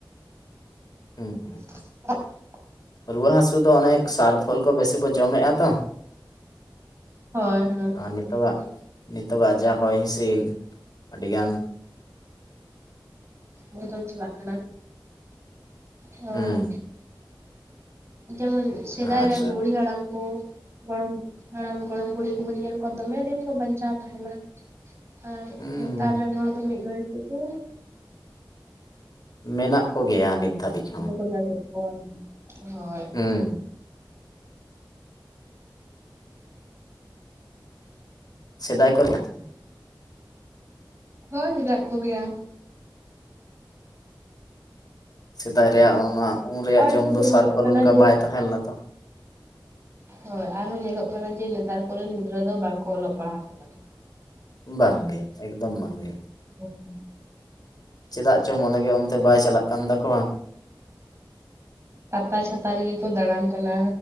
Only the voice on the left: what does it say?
ᱦᱩᱸ ᱦᱩᱸ ᱦᱩᱸ
ᱨᱩᱣᱟᱹ ᱦᱟᱹᱥᱩ ᱫᱚ ᱚᱱᱮᱠ ᱥᱟᱨ ᱠᱷᱳᱞ ᱠᱚ ᱵᱮᱥᱤ ᱵᱚ ᱡᱚᱢᱮᱜᱼᱟ ᱛᱚ
ᱟᱨ
ᱱᱤᱛᱚᱜᱟᱜ
ᱱᱤᱛᱚᱜᱟᱜ ᱡᱟ ᱦᱚᱭ ᱦᱤᱸᱥᱤᱫ ᱟᱹᱰᱤᱜᱟᱱ
ᱦᱩᱸ
ᱟᱨ
ᱦᱩᱸ
ᱢᱮᱱᱟᱜ ᱠᱚᱜᱮᱭᱟ ᱱᱤᱛ ᱫᱷᱟᱹᱵᱤᱡ ᱦᱚᱸ
ᱦᱩᱸ ᱥᱮᱫᱟᱭ ᱠᱚᱨᱮ ᱱᱟᱜ
ᱥᱮᱫᱟᱭ ᱨᱮᱭᱟᱜ ᱚᱱᱟ ᱩᱱ ᱨᱮᱭᱟᱜ
ᱡᱚᱢ
ᱫᱚ ᱥᱟᱨᱠᱚ
ᱚᱱᱠᱟ ᱵᱟᱭ ᱛᱟᱦᱮᱸ ᱞᱮᱱᱟ ᱛᱚ᱾
ᱵᱟᱝᱜᱮ ᱮᱠᱫᱚᱢ ᱵᱟᱝᱜᱮ
ᱪᱮᱫᱟᱜ ᱪᱚᱝ ᱢᱚᱱᱮᱜᱮ ᱚᱱᱛᱮ ᱵᱟᱭ ᱪᱟᱞᱟᱜ ᱠᱟᱱ ᱛᱟᱠᱚᱶᱟ